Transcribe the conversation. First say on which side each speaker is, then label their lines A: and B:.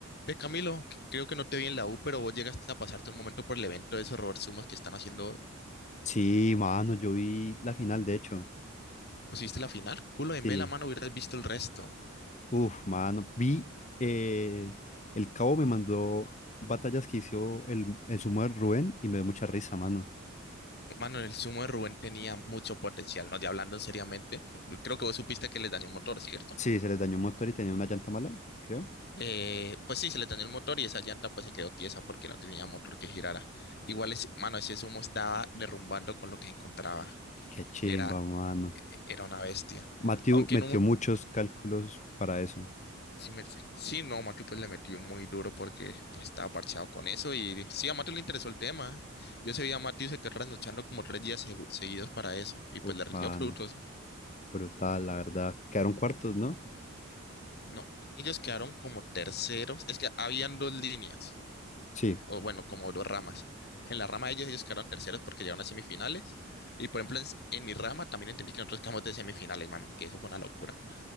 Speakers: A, on the left; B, on the left.
A: Ve, Camilo, que- creo que no te vi en la U, pero vos llegaste a pasarte un momento por el evento de esos Robert sumos que están haciendo hoy.
B: Sí, mano, yo vi la final, de hecho.
A: Pusiste la final, culo de
B: Sí.
A: mela, mano, hubieras visto el resto.
B: Uf, mano. Vi, eh, el Cabo me mandó batallas que hizo el, el sumo de Rubén y me dio mucha risa, mano.
A: Mano, el sumo de Rubén tenía mucho potencial, ¿no? Ya hablando seriamente, creo que vos supiste que les dañó el motor, ¿cierto?
B: Sí, se les dañó un motor y tenía una llanta mala, creo.
A: Eh, pues sí, se les dañó el motor y esa llanta pues se quedó tiesa porque no tenía motor que girara. Igual, es, mano, ese sumo estaba derrumbando con lo que encontraba.
B: Qué chimba,
A: Era,
B: mano.
A: e, e, era una bestia.
B: Matthew
A: Aunque
B: metió
A: en un,
B: muchos cálculos para eso.
A: Sí, me- sí, no, Matthew pues le metió muy duro porque pues estaba parcheado con eso y sí, a Matthew le interesó el tema. Yo se vi a Matthew se quedó trasnochando como tres días segu- seguidos para eso y pues
B: Uf,
A: le rindió
B: mano.
A: frutos.
B: Brutal, la verdad. Quedaron cuartos, ¿no?
A: No, ellos quedaron como terceros. Es que habían dos líneas,
B: Sí.
A: o bueno, como dos ramas. En la rama de ellos ellos quedaron terceros porque llegaron a semifinales. Y por ejemplo, en, s- en mi rama también entendí que nosotros quedamos de semifinales, mano, que eso fue una locura.